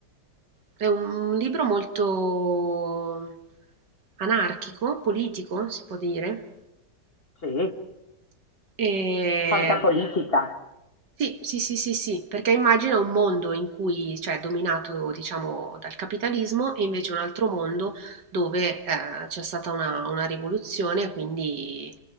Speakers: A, on the right; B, on the left.
A: È un, un libro molto anarchico, politico, si può dire.
B: sì, Eh,
A: E
B: fantapolitica,
A: Sì, sì, sì, sì, sì, perché immagina un mondo in cui, cioè, dominato, diciamo, dal capitalismo e invece un altro mondo dove eh, c'è stata una, una rivoluzione, quindi,